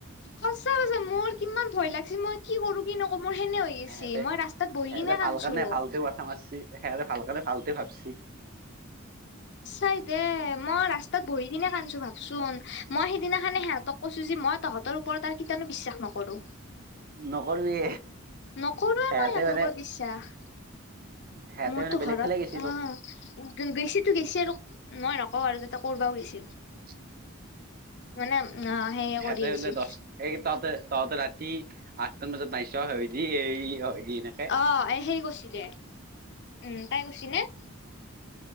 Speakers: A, on the left; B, on the right.
A: সঁচা সঁচা মোৰ কিমান ভয় লাগিছে মই কি কৰো কি নকৰো মোৰ সেনে হৈ গৈছি
B: সেহঁতে
A: মই ৰাস্তাত বহি
B: সেহঁতে
A: কিনে কান্দছো
B: ভাল কাৰণে ভালতে মাথা মাৰছি সেহঁতে ভাল কাৰণে ভাল ভাবছ পুচ
A: চাইদে মৰ আচ্ তাত বহি কিনে কান্দচো ভাবচোন, মই সিদিনা খানে সিহঁতক কৈছো যে মই তহতৰ ওপৰত আৰ কেতিয়ানো বিশ্বাস নক কৰো,
B: নকৰিবি
A: নকৰোঁৱে
B: সেহেঁতে
A: মই সিহঁতৰ
B: মানে
A: ওপৰত বিশ্বাস।
B: সেহেঁতে
A: মোৰটো
B: মানে বেলেগ
A: ঘৰত
B: ফালে গেছি তোক
A: অঁ গৈছে আৰু মই নকওঁ আৰু তাতে কৰবা গৈছিল।
B: <inaudible> <inaudible>
A: মানে অ সেই
B: সিহঁতে
A: কৰি আহিছিল
B: বোলে দছ এই তহঁতে তহঁতে ৰাতি আঠটা মান বজাত পাইছ হয় দি এই হয় দি এনেকে
A: অ এ হেৰি কৈছিল দে উম তাই কৈছি নে?